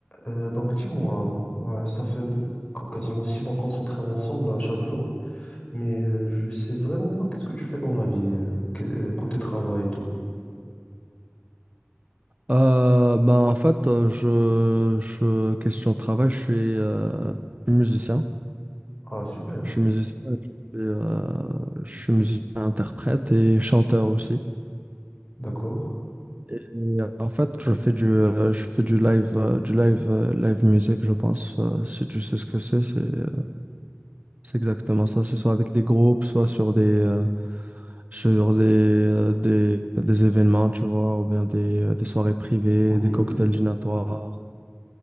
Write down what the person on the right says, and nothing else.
Euh, ben en fait, euh, je, je question de travail, je suis, euh, je suis musicien.
Je suis musicien, je suis, euh, je suis musicien interprète et chanteur aussi.
Et euh, en fait, je fais du, euh, je fais du live, euh, du live, euh, live musique, je pense. euh, si tu sais ce que c'est, c'est, euh, c'est exactement ça. C'est soit avec des groupes, soit sur des, euh, sur des, euh, des, des événements, tu vois, ou bien des, euh, des soirées privées,
des cocktails
dînatoires.